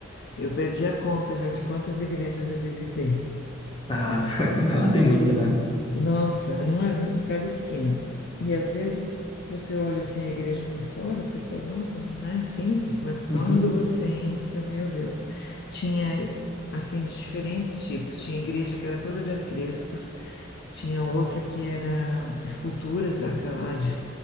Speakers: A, on the left (about 50°); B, on the left (about 25°).
A: Eu perdi a conta já de quantas igrejas eu visitei.
B: Ah, <laughs> mas lá tem muita, né?
A: Nossa, é uma em cada esquina. E às vezes você olha assim a igreja por fora, você fala, nossa, não é simples, mas quando
B: Uhum,
A: você entra, meu Deus, tinha assim de diferentes tipos. Tinha igreja que era toda de afrescos. Tinha outra que era esculturas, aquela de,